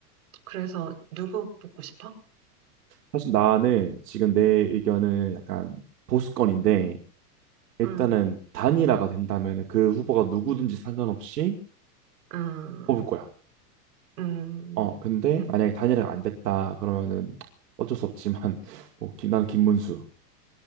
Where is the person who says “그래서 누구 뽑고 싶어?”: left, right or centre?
Right